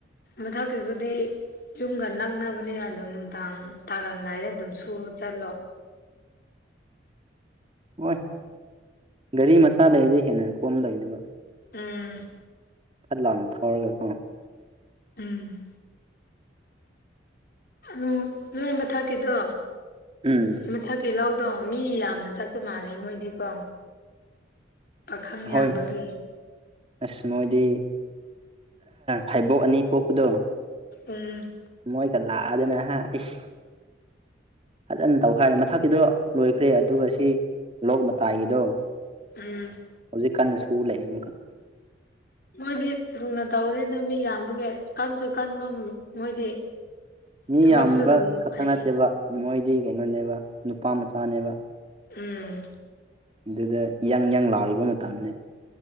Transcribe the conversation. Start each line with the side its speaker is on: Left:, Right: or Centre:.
Left: ꯃꯊꯛꯀꯤꯗꯨꯗꯤ ꯌꯨꯝꯒ ꯅꯛꯅꯕꯅꯤꯅ ꯑꯗꯨꯣ ꯅꯨꯡꯗꯥꯡ ꯇꯥꯔꯝꯗꯥꯏꯗ ꯑꯗꯨꯝ ꯁꯨꯔ ꯆꯠꯂꯣ
Right: ꯍꯣꯏ ꯒꯥꯔꯤ ꯃꯆꯥ ꯂꯩꯔꯗꯤ ꯍꯦꯟꯅ ꯀꯣꯝꯗꯣꯏꯅꯦꯕ
Left: ꯎꯝ
Right: ꯐꯠ ꯂꯥꯎꯑꯣꯅ ꯊꯧꯔꯒ ꯈꯉꯣ
Left: ꯎꯝ ꯑꯗꯨꯝ ꯅꯣꯏꯕ ꯊꯥꯛꯀꯤꯗꯣ
Right: ꯎꯝ
Left: ꯃꯊꯛꯀꯤ ꯂꯧꯗꯣ ꯃꯤ ꯌꯥꯝꯅ ꯆꯥꯛꯄ ꯃꯥꯜꯂꯦ ꯃꯣꯏꯗꯤꯀꯣ ꯄꯥꯈꯪ
Right: ꯍꯣꯏ
Left: ꯌꯥꯝꯕꯒꯤ
Right: ꯑꯁ ꯃꯣꯏꯗꯤ ꯐꯥꯏꯕꯣꯛ ꯑꯅꯤ ꯄꯣꯛꯄꯗꯣ
Left: ꯎꯝ
Right: ꯃꯣꯏꯒ ꯂꯥꯛꯑꯗꯅ ꯍꯥꯏ ꯑꯩꯁ ꯐꯖꯅ ꯇꯧꯈ ꯍꯥꯏꯔꯦ ꯃꯊꯛꯀꯤꯗꯣ ꯂꯣꯏꯈ꯭ꯔꯦ ꯑꯗꯨꯒ ꯁꯤ ꯂꯣꯛ ꯃꯇꯥꯏꯒꯤꯗꯣ
Left: ꯎꯝ
Right: ꯁꯤ ꯀꯥꯟꯟꯅ ꯁꯨ ꯂꯥꯛꯏꯃ
Left: ꯃꯣꯏꯗꯤ ꯊꯨꯅ ꯇꯧꯅꯤꯗ ꯃꯤ ꯌꯥꯝꯕꯒꯤ ꯀꯟꯁꯨ ꯀꯟꯐꯝ ꯃꯣꯏꯗꯤ
Right: ꯃꯤ
Left: ꯊꯕꯛꯁꯨ
Right: ꯌꯥꯝꯕ
Left: ꯑꯗꯨꯝ
Right: ꯈꯛꯇ
Left: ꯐꯩ
Right: ꯅꯠꯇꯦꯕ ꯃꯣꯏꯗꯤ ꯀꯩꯅꯣꯅꯦꯕ ꯅꯨꯄꯥ ꯃꯆꯥꯅꯦꯕ
Left: ꯎꯝ
Right: ꯑꯗꯨꯗ ꯌꯪ ꯌꯪ ꯂꯥꯎꯔꯤꯕ ꯃꯇꯝꯅꯤꯅꯦ